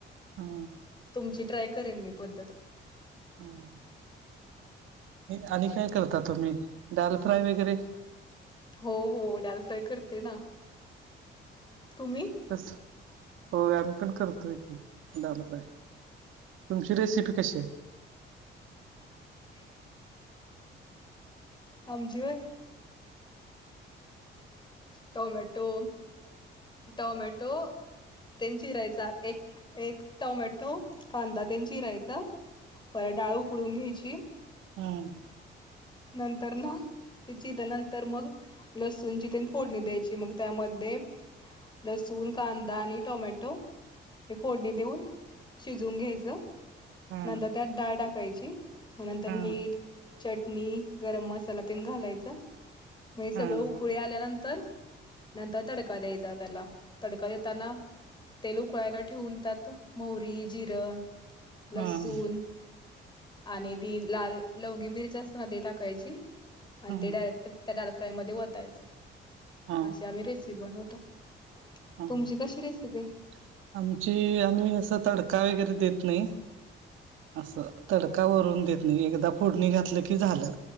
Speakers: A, on the right; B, on the left.
A: हा
B: तुमची ट्राय करेन मी पद्धत
A: हा आणि काय करता तुम्ही दाल फ्राय वगैरे?
B: हो हो डाल फ्राय करते ना. तुम्ही
A: कस? होय आम्ही पण करतोय की, डाल फ्राय तुमची रेसिपी कशी हाय?
B: <inaudible> आमची व्हय टॉमॅटो, टॉमॅटो तेन चिरायचा एक, एक टॉमॅटो, कांदा तेन चीरायचा परत डाळू उकडून घ्यायची.
A: हां.
B: नंतर ना तिची त्यानंतर मग लसूणची तेन फोडणी द्यायची, मग त्यामध्ये लसूण, कांदा आणि टॉमॅटो हे फोडणी देऊन शिजवून घ्यायचं.
A: हम्म
B: नंतर त्यात डाळ टाकायची, मग नंतर
A: हम्म
B: मीठ चटणी, गरम मसाला तेन घालायचा, महे सगळं
A: हम्म
B: उकळी आल्यानं तर नंतर तडका द्यायचा त्याला, तडका देताना तेल उकळायला ठेवून त्यात मोहरी, जिरं, लसूण
A: हम्म
B: आणि ती लाल लवंगी मिरची असतेना, ती टाकायची
A: हम्म
B: आणि ते डायरेक्ट त्या डाल फ्राय मध्ये वतायचं.
A: हम्म
B: अशी आम्ही रेसिपी बनवतो.
A: हा
B: तुमची
A: हा
B: कशी रेसिपी?
A: आमची आम्ही असं तडका वगैरे देत नाही. असं तडका वरून देत नाही. एकदा फोडणी घातलं की झालं